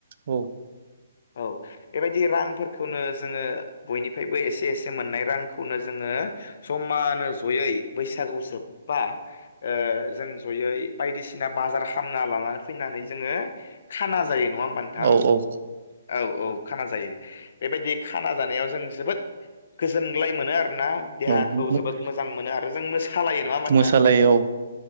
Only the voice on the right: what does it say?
औ
औ औ
ओमफ्राय
मोसालायाव